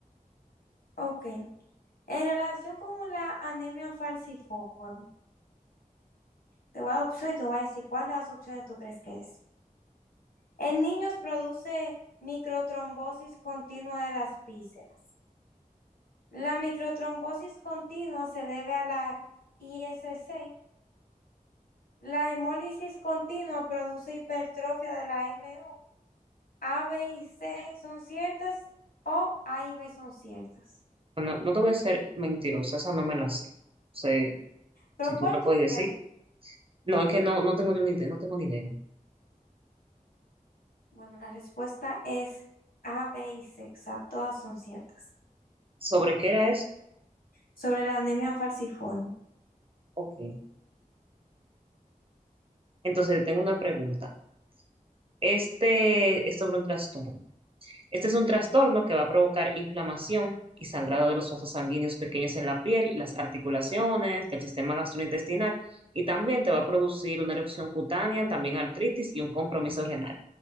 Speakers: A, on the left; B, on the right.
A: Ok. En relación con la anemia falciforme, te voy a dar opciones y te voy a decir cuál de las opciones tú crees que es. En niños produce microtrombosis continua de las vísceras. La microtrombosis continua se debe a la ISC. La hemólisis continua produce hipertrofia de la MO. A, B y C son ciertas o A y B son ciertas.
B: Bueno, no te voy a ser mentirosa, esa no me la sé. O sea,
A: ¿Pero
B: si tú
A: cuál
B: me la
A: tú
B: puedes decir.
A: crees?
B: No, es que no, no tengo ni una idea, no tengo ni idea.
A: Bueno, la respuesta es A, B y C, o sea, todas son ciertas.
B: ¿Sobre qué era eso?
A: sobre la anemia falciforme.
B: Ok. Entonces, tengo una pregunta. Este es sobre un trastorno. Este es un trastorno que va a provocar inflamación y sangrado de los vasos sanguíneos pequeños en la piel, las articulaciones, del sistema gastrointestinal y también te va a producir una erupción cutánea, también artritis y un compromiso renal.